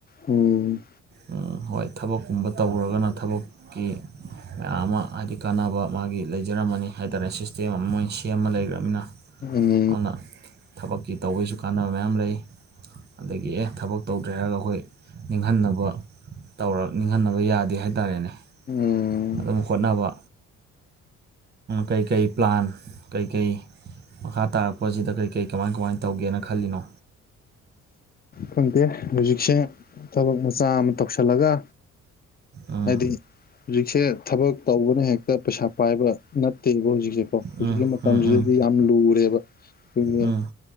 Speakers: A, on the left; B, on the right.
A: ꯎꯝ
B: ꯑꯝ ꯍꯣꯏ ꯊꯕꯛꯀꯨꯝꯕ ꯇꯧꯒ꯭ꯔꯒꯅ ꯊꯕꯛꯀꯤ ꯃꯌꯥꯝ ꯑꯃ ꯍꯥꯏꯗꯤ ꯀꯥꯟꯅꯕ ꯃꯥꯒꯤ ꯂꯩꯖꯔꯝꯃꯅꯤ ꯍꯥꯏ ꯇꯥꯔꯦ ꯁꯤꯁꯇꯦꯝ ꯑꯃ ꯃꯣꯏꯁꯤ ꯇꯦꯝ ꯑꯃ ꯂꯩꯈ꯭ꯔꯝꯅꯤꯅ
A: ꯎꯝ
B: ꯑꯗꯨꯅ ꯊꯕꯛꯀꯤ ꯇꯧꯕꯒꯤꯁꯨ ꯀꯥꯟꯅꯕ ꯃꯌꯥꯝ ꯂꯩ ꯑꯗꯒꯤ ꯑꯦ ꯊꯕꯛ ꯇꯧꯗ꯭ꯔꯦ ꯍꯥꯏꯔꯒ ꯑꯩꯈꯣꯏ ꯅꯤꯡꯍꯟꯅꯕ ꯇꯧꯔ ꯅꯤꯡꯍꯟꯅꯕ ꯌꯥꯗꯦ ꯍꯥꯏꯇꯥꯔꯦꯅꯦ
A: ꯎꯝ
B: ꯑꯗꯨꯝ ꯍꯣꯠꯅꯕ ꯀꯩꯀꯩ ꯄ꯭ꯂꯥꯟ ꯀꯩꯀꯩ ꯃꯈꯥ ꯇꯥꯔꯛꯄꯁꯤꯗ ꯀꯩ ꯀꯩ ꯀꯃꯥꯏ ꯀꯃꯥꯏꯅ ꯇꯧꯒꯦꯅ ꯈꯜꯂꯤꯅꯣ
A: ꯈꯪꯗꯦ ꯍꯧꯖꯤꯛꯁꯦ ꯊꯕꯛ ꯃꯆꯥ ꯑꯃ ꯇꯧꯁꯜꯂꯒ
B: ꯑꯥ
A: ꯍꯥꯏꯗꯤ ꯍꯧꯖꯤꯛꯁꯦ ꯊꯕꯛ ꯇꯧꯕꯅ ꯍꯦꯛꯇ ꯄꯩꯁꯥ ꯄꯥꯏꯕ ꯅꯠꯇꯦꯕ ꯍꯧꯖꯤꯛꯁꯦꯀꯣ ꯍꯧꯖꯤꯛꯀꯤ
B: ꯎꯝ
A: ꯃꯇꯝꯁꯤꯗꯗꯤ
B: ꯎꯝ
A: ꯌꯥꯝ ꯂꯨꯔꯦꯕ ꯆꯨꯝꯃꯦ
B: ꯎꯝ ꯎꯝ